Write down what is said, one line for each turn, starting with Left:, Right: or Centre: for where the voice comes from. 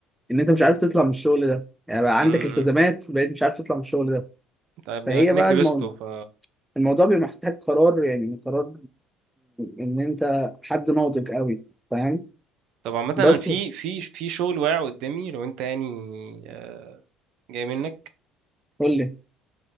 Centre: ان انت مش عارف تطلع من الشغل ده يعني بقى عندك
Right: امم
Centre: التزامات بقيت مش عارف تطلع من الشغل ده
Right: طيب بما
Centre: فهي
Right: انك
Centre: بقى
Right: لبسته
Centre: المو...
Right: ف
Centre: الموضوع بيبقى محتاج قرار يعني قرار ان انت حد ناضج قوي فاهم
Right: طب عامة
Centre: بس
Right: انا في في في شغل واقع قدامي لو انت يعني آه، جاي منك
Centre: قول لي